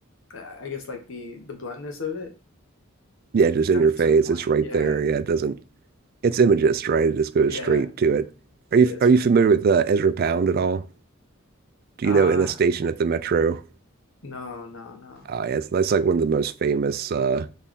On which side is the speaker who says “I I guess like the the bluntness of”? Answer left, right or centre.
Left